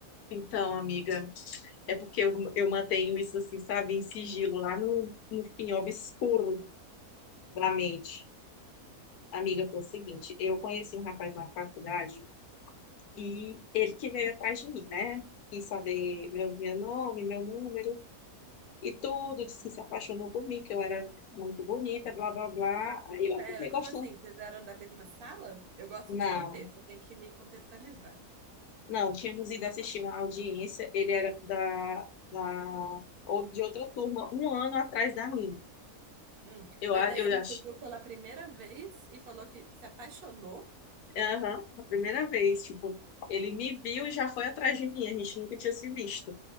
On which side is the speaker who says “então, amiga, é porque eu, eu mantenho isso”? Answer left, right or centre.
Left